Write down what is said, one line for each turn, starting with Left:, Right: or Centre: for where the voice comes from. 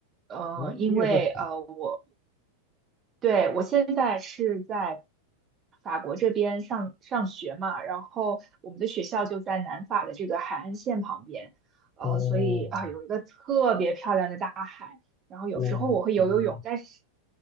Right: 嗯、
Left: 哦，
Right: 因为呃。
Left: 你也会跑？
Right: 我。对，我现在是在法国这边上上学嘛，然后我们的学校就在南法的这个海岸线旁边，呃，
Left: 哦，
Right: 所以啊，有一个特别漂亮的大海，然后有时候我会游游泳，
Left: 我的天，
Right: 但是